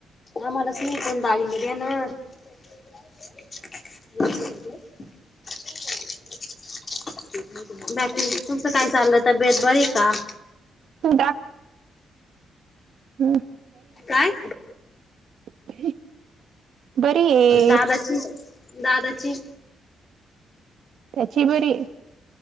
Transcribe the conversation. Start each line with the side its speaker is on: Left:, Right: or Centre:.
Left: आम्हालाच नाही कोण डाळींब देणार. म <inaudible> बाकी तुमच काय चाललं तब्बेत बरी आहे का?
Right: तू हम्
Left: काय
Right: <inaudible> आहे
Left: दादाची दादाची.
Right: त्याची बरी आहे.